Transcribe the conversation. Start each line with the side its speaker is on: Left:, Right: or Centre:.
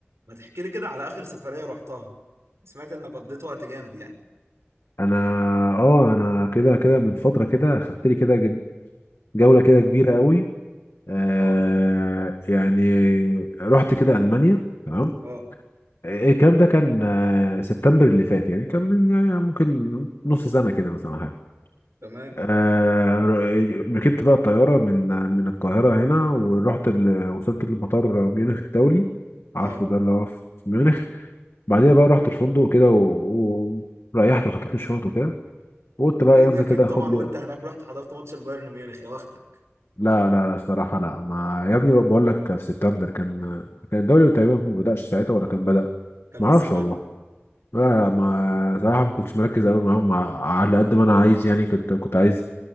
Right: ما تحكي لي كده على آخر سفرية رحتها سمعت إنك قضيت وقت جامد يعني
Left: انا اه انا كده كده من فتره كده خدت لي كده ج- جوله كده كبيره قوي آه
Right: اه
Left: يعني رحت كده المانيا تمام
Right: اه
Left: إيه الكلام ده كان آه سبتمبر اللي فات يعني كان من يعني ممكن نص سنه كده مثلا أو حاجه
Right: تمام
Left: آه ر- ركبت بقى الطياره من من القاهره هنا ورحت ال... وصلت لمطار ميونخ الدولي
Right: اه
Left: عارفه ده اللي هو في ميونخ بعديها بقى رحت الفندق كده و... و- وريحت وحطيت الشنط وكده وقلت بقى
Right: أكيد
Left: ينزل
Right: أكيد
Left: كده
Right: طبعا
Left: اخد
Right: وأنت هناك رحت حضرت ماتش البايرن ميونخ يا بختك
Left: لا لا لا الصراحة لا ما يا ابني بقول لك في سبتمبر كان كان الدوري تقريبا ما بدأش ساعتها ولا كان بدأ
Right: كان
Left: ما
Right: لسه
Left: اعرفش
Right: بادئ
Left: والله لا لا، ما صراحة ما كنتش مركز قوي معاهم مع- على قد ما انا عايز يعني كنت كنت عايز